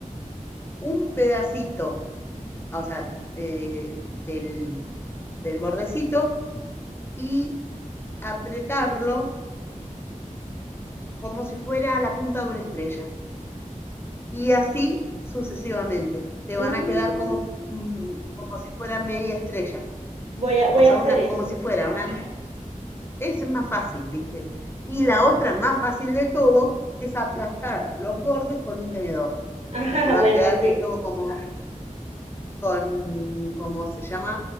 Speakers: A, on the left (about 15°); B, on the right (about 55°).
A: un pedacito, o sea, eh, del, del bordecito y apretarlo como si fuera la punta de una estrella. Y así sucesivamente. Te
B: Mm,
A: van a quedar como, mm, como si fuera media estrella.
B: voy a, voy
A: O sea,
B: a hacer
A: una,
B: eso.
A: como si fuera una, Es más fácil, ¿viste? Y la otra más fácil de todo es aplastar los bordes con un tenedor.
B: <laughs> Ajá,
A: Y te va
B: bueno,
A: a quedar
B: sí.
A: todo como, con, como se llama,